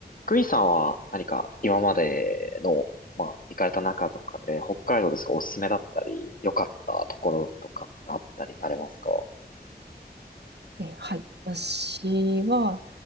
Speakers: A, on the left; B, on the right.
A: クイさんは何か今までの、まあ、行かれた中とかで、北海道ですがおすすめだったり、良かったところとかってあったりされますか
B: え、はい。私は、